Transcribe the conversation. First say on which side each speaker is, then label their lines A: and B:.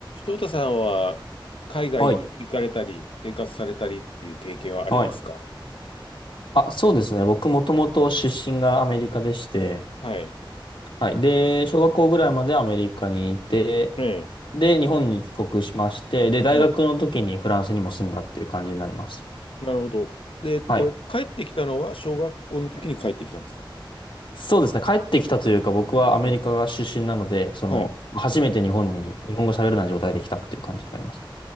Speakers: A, on the left; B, on the left.
A: 翔太さんは海外に行かれたり、
B: はい。
A: 生活されたりっていう経験はありますか
B: はい。あ、そうですね。僕もともと出身がアメリカでして、
A: はい。
B: はい。で、小学校ぐらいまでアメリカにいて、
A: ええ。
B: で、日本に帰国しまして、で、大学の時にフランスにも住んだっていう感じになります。
A: はい。なるほど。で、えっと、
B: はい。
A: 帰ってきたのは小学校の時に帰ってきたんですか
B: そうですね。帰ってきたというか、僕はアメリカが出身なので、
A: うん。
B: その、
A: はい。
B: 初めて日本に、日本語喋れない状態で来たっていう感じになりますね。